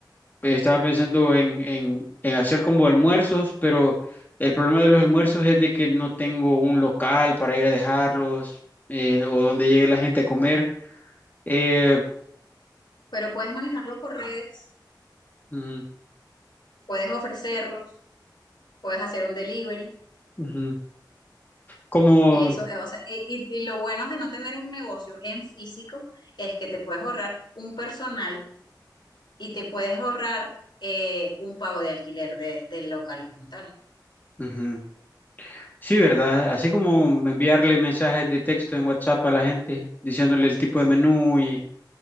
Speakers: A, on the left; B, on the left.
A: Eh, Estaba pensando en, en, en hacer como almuerzos, pero el problema de los almuerzos es de que no tengo un local para ir a dejarlos eh, o donde llegue la gente a comer. Eh,
B: pero puedes manejarlo por redes,
A: ujú,
B: puedes ofrecerlos, puedes hacer un delivery.
A: ujú. Como,
B: Y eso, eh, o sea, y, y- y lo bueno de no tener un negocio en físico es que te puedes ahorrar un personal y te puedes ahorrar eh, un pago de alquiler de- del local como tal.
A: ujú. Sí, ¿verdad? Así como enviarle mensajes de texto en WhatsApp a la gente diciéndole el tipo de menú y